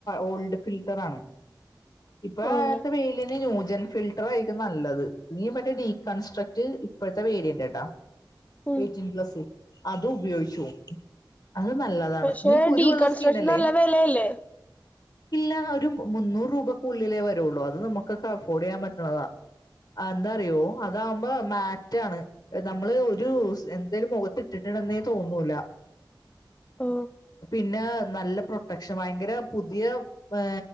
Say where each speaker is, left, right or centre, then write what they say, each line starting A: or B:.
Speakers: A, on the left; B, on the left.
A: ഓൾഡ് ഫിൽട്ടർ ആണ് ഇപ്പൊഴത്തെ
B: ആണല്ലേ
A: വെയി യിലിന് ന്യൂജൻ ഫിൽട്ടർ ആയിരിക്കും നല്ലത് ഇ മറ്റേ ഡീകൺസ്ട്രക്ട് ഇപ്പോഴത്തെ വെയിലിന്റെ ട്ടോ
B: ഉം
A: എയ്ടീൻപ്ലസ് അത് ഉപയോഗിച്ചു നോക്ക് അത് നല്ലതാ ആണ്
B: പക്ഷെ
A: നീ കുരുവൊള്ള
B: ഡീകൺസ്ട്രക്ഷൻ
A: സ്കീൻ അല്ലേ?
B: നല്ല വെലയല്ലേ
A: ഇല്ല ഒരു മുന്നൂറ് രൂപക്കുള്ളിലേ വരുള്ളൂ അത് നമുക്കൊക്കെ അഫോർഡ് ചെയ്യാൻ പറ്റുന്നതാ എന്താറിയോ അതാകുമ്പോ മാറ്റാണ് നമ്മള് ഒരു സ് എന്തേലും മുഖത്ത് ഇട്ടിട്ടുണ്ടെന്നേ തോന്നൂല
B: ഓ
A: പിന്നെ നല്ല പ്രൊട്ടക്ഷൻ ഭയങ്കര പുതിയ ഏ